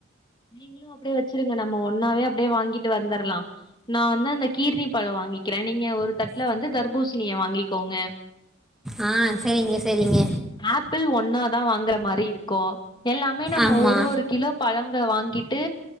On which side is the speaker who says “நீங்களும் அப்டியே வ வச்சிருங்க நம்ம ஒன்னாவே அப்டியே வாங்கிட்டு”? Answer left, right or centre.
Left